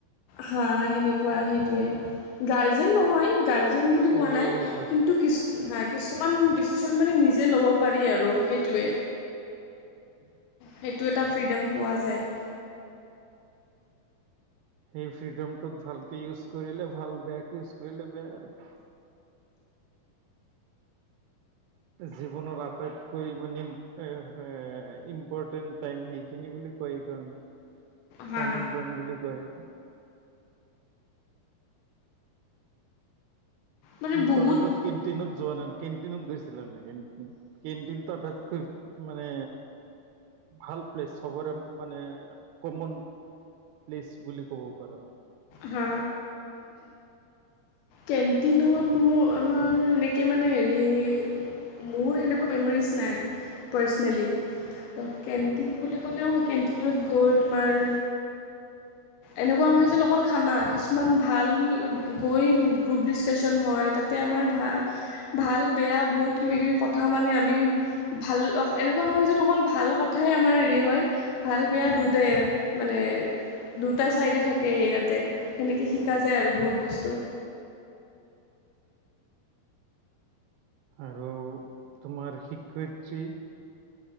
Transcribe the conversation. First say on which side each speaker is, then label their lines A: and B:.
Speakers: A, on the left; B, on the right.
A: হা সেনেকুৱা সেইটোৱে গাৰ্জেন নহয় গাৰ্জেন বু পোৱা
B: অভিভাৱক
A: নাই
B: আৰু
A: কিন্তু কিছ হা কিছুমান ডিচিশন মানে নিজে ল'ব পাৰি আৰু সেইটোৱে
B: উম <unintelligible>
A: সেইটো এটা ফ্ৰীডম পোৱা যায়
B: সেই ফ্ৰীডমটোত ভালকে ইউজ কৰিলে ভাল, বেয়াকে ইউজ কৰিলে বেয়া আৰু জীৱনৰত আটাইতকৈ মানে এ ইম্পৰ্টেণ্ট। টাইম সেইখিনি বুলি কয় সেই কাৰণে
A: হা
B: টাৰ্ণিং পইন্ট বুলি কয়।
A: মানে
B: তুমি
A: বহুত
B: কলেজত কেণ্টিনত যোৱা নাই কেণ্টিনত গৈছিলা নি কেন্টিন টো আটাইতকৈ মানে ভাল প্লেছ। সবৰে মানে কমন প্লেচ বুলি ক'ব পাৰা।
A: হা। কেণ্টিনত মোৰ আমাৰ এনেকে মানে হেৰি। মোৰ এনেকুৱা মেমৰিজ নাই পাৰ্চনেলি। কেণ্টিন বুলি ক'লেও কেণ্টিনত গৈ তোমাৰ এনেকুৱা নহয় যে অকল খানা কিছুমান ভাল গৈ গ্ৰুপ ডিছকাশচন হয় তাতে আমাৰ ভা ভাল বেয়া বহুত কিবা কিবি কথা মানে আমি ভাল অ এনেকুৱা নহয় যেন অকল ভাল কথাই আমাৰ হেৰি হয় ভাল বেয়া দুটাই মানে দুটা চাইডে থাকে সেই তাত তে সেনেকে শিকা যায় আৰু বহুত বস্তু
B: আৰু তোমাৰ শিক্ষয়িত্ৰী